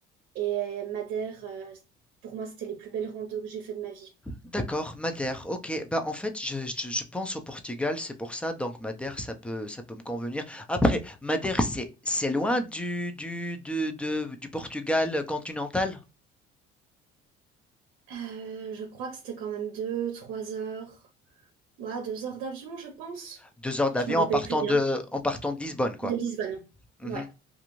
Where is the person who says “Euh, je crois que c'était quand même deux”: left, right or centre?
Right